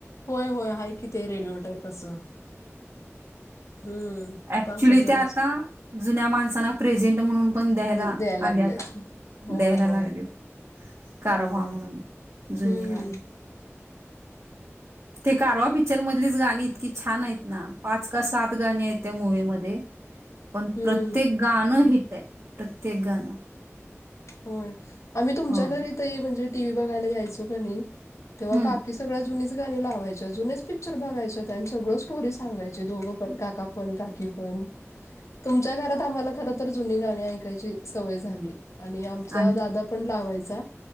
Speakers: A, on the left; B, on the right.
A: होय होय आहे की ते रेडिओ टाईप असं. हम्म.
B: अऍक्च्युली
A: पाच हजार
B: ते आता
A: असत
B: जुन्या माणसना प्रेझेंट म्हणून पण द्यायला
A: द- लागलेत
B: आले आता,
A: होय
B: द्यायला
A: होय
B: लागलेत कारवा
A: होय
B: म्हणून, जुनी
A: हम्म
B: गाणी ते कारवा पिक्चर मधलीच गाणी इतकी छान आहेत ना, पाच का सात गाणी आहेत त्या मुव्ही मध्ये. पण
A: हम्म
B: प्रत्येक गाणं हिट आहे प्रत्येक गाणं
A: होय आम्ही तुमच्या
B: होय.
A: घरी ते म्हणजे टी व्ही बघायला यायचो का नाही तेव्हा
B: हम्म.
A: काका की सगळ्या जुनीच गाणी लावायच्या जुनेच पिक्चर बघायच्या आणि सगळं स्टोरी सांगायची दोघं पण काका पण काकी पण. तुमच्या घरात आम्हाला खर तर जुनी गाणी ऐकायची सवय झाली आणि आमचा
B: आणि
A: दादा पण लावायचा